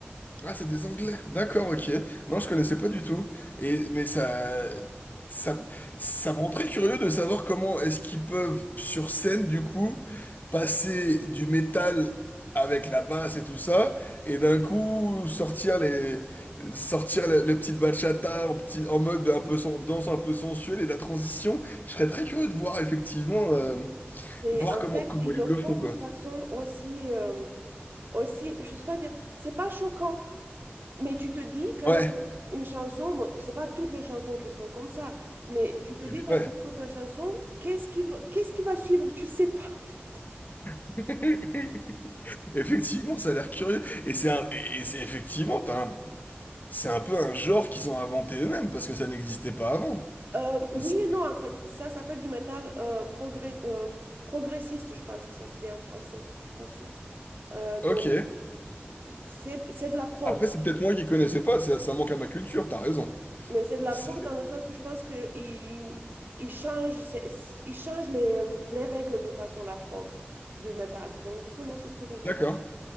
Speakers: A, on the left; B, on the right.
A: Ah, c'est des Anglais. D'accord, ok. Non, je connaissais pas du tout. Et mais ça, ça, ça me rend très curieux de savoir comment est-ce qu'ils peuvent sur scène du coup passer du métal avec la basse et tout ça, et d'un coup sortir les, sortir les, les petites bachata en petit, en mode un peu sen- danse un peu sensuelle et la transition. Je serais très curieux de voir effectivement, euh,
B: C'est
A: voir
B: en
A: comment
B: fait,
A: comment
B: ils
A: ils
B: le
A: le
B: font
A: font quoi.
B: d'une façon aussi, euh, aussi, je sais pas dire, c'est pas choquant, mais tu te dis quand
A: Ouais.
B: tu une chanson, bon, c'est pas toutes les chansons qui sont comme ça, mais tu te
A: Mais-
B: dis quand
A: Ouais.
B: tu écoutes la chanson, qu'est-ce qui va, qu'est-ce qui va suivre? Tu sais pas en fait.
A: <laughs> Effectivement, ça a l'air curieux. Et c'est un, et et c'est effectivement, t'as un- c'est un peu un genre qu'ils ont inventé eux-mêmes parce que ça n'existait pas avant.
B: Euh, oui
A: C'est-
B: et non en fait, ça s'appelle du métal euh, progrès- euh, progressiste, je pense que ça se dit en français, je suis pas sûre. Euh, donc
A: Ok.
B: c'est c'est de la prog.
A: Après, c'est peut-être moi qui connaissais pas, ça, ça manque à ma culture, t'as raison.
B: Mais c'est de la
A: C'est-
B: preuve dans le sens que je pense qu'ils ils changent, c'est- ils changent les, les règles d'une façon, la prog du métal. Donc, du coup, non, c'est très intéressant.
A: D'accord.